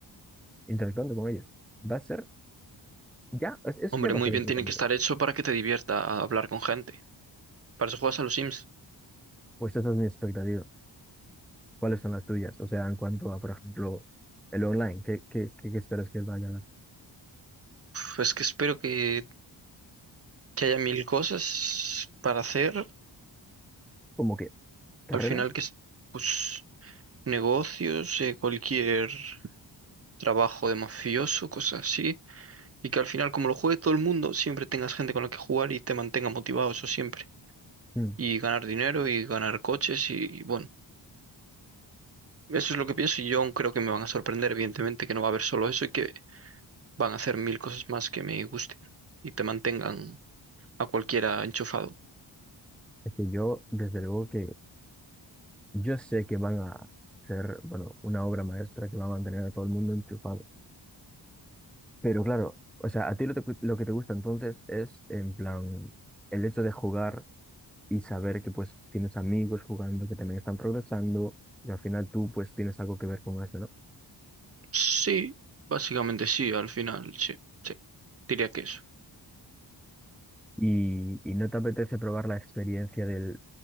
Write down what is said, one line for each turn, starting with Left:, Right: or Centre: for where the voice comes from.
Centre: interactuando con ellos. Va a ser Ya, es- eso
Right: Hombre,
Centre: ya pasó
Right: muy bien
Centre: el entretenido.
Right: tiene que estar hecho para que te divierta a hablar con gente. Para eso juegas a los Sims.
Centre: Pues esas son mis expectativas. ¿Cuáles son las tuyas? O sea, en cuanto a, por ejemplo, el online, ¿qué, qué, qué, qué esperas que vaya a dar?
Right: Pues que espero que que haya mil cosas para hacer.
Centre: ¿Cómo que carreras?
Right: Al final que es, pues, negocios, eh, cualquier trabajo de mafioso, cosas así. Y que al final, como lo juegue todo el mundo, siempre tengas gente con la que jugar y te mantenga motivado, eso siempre.
Centre: Mm,
Right: Y ganar dinero y ganar coches y, bueno, eso es lo que pienso y yo aún creo que me van a sorprender, evidentemente, que no va a haber solo eso y que van a hacer mil cosas más que me gusten y te mantengan a cualquiera enchufado.
Centre: Es que yo, desde luego que yo sé que van a hacer, bueno, una obra maestra que va a mantener a todo el mundo enchufado. Pero claro, o sea, a ti lo, te- lo que te gusta entonces es, en plan, el hecho de jugar y saber que pues tienes amigos jugando, que también están progresando, y al final tú pues tienes algo que ver con eso, ¿no?
Right: Sí, básicamente sí, al final, sí, sí, diría que eso.
Centre: y, y no te apetece probar la experiencia del